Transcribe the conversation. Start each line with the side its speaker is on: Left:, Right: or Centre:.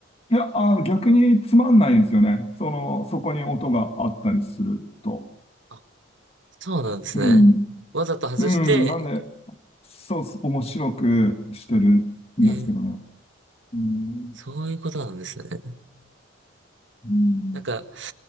Left: いや、あの、逆につまんないんですよね。その、そこに音があったりすると。
Right: あ、そうなんですね。
Left: うん。
Right: わざと外して、
Left: うん。なんで、そうっす、面白くしてるんですけどね。
Right: ええ
Left: うん。
Right: そういうことなんですね。
Left: うん
Right: なんか、